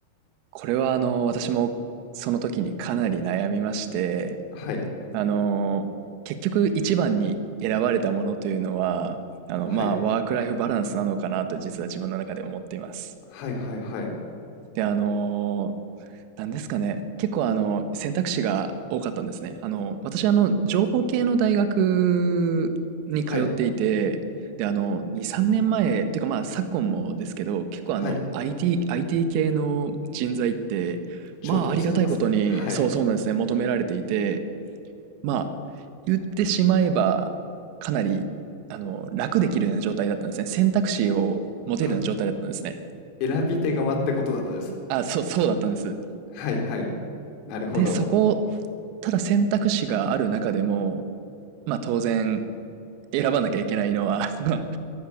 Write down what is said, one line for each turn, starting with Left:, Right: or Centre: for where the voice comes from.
Right: これは、あの、私もその時にかなり悩みまして、
Left: はい、
Right: あの、結局一番に選ばれたものというのは、あの、
Left: はい、
Right: まあ、ワークライフバランスなのかなと実は自分の中で思っています。
Left: はいはいはい、
Right: で、あの、なんですかね。結構あの、選択肢が多かったんですね。あの、私あの、情報系の大学に通っていて、
Left: はい、
Right: で、あの、2、3年前、っていうかまあ、昨今もですけど、結構あの、
Left: はい、
Right: IT、IT 系の人材って、
Left: 重宝されますね。
Right: まあ、ありがたいことに、
Left: はい。
Right: そうそうなんですね、求められていて、まあ、言ってしまえば、かなり、あの、楽できるような状態だったんですね。選択肢を持てるような状態だったんですね。
Left: あ、選び手側ってことだったです。
Right: あ、そう、そうだったんです。
Left: はいはい。なるほど。
Right: で、そこただ選択肢がある中でも、まあ当然選ばなきゃいけないのは <laughs>